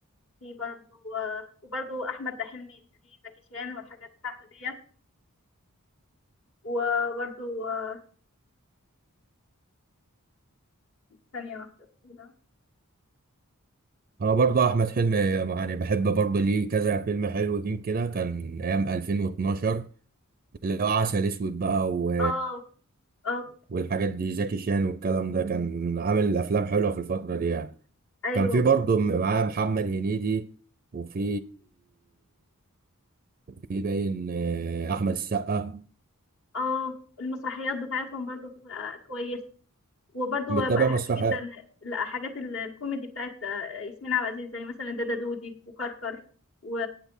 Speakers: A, on the left; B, on the right.
A: في برضو آه وبرضو أحمد حلمي في زكي شان والحاجات بتاعته ديت وبرضو آه ثانية واحدة كده
B: انا برضه احمد حلمي يعني بحب برضه ليه كذا فيلم حلوين كده كان ايام 2012 اللي هو عسل اسود بقى و...
A: اه اه
B: والحاجات دي زكي شان والكلام ده كان عامل افلام حلوه في الفتره دي يعني
A: أيوه
B: كان في برضه معاه محمد هنيدي وفي في باين آه، احمد السقا
A: اه المسرحيات بتاعتهم برضو بتبقى كويس وبرضه
B: بتتابع
A: بحب
B: مسرح
A: جدا الحاجات ال- الكوميدي بتاعت آه، ياسمين عبد العزيز زي مثلا دادا دودي وكركر و...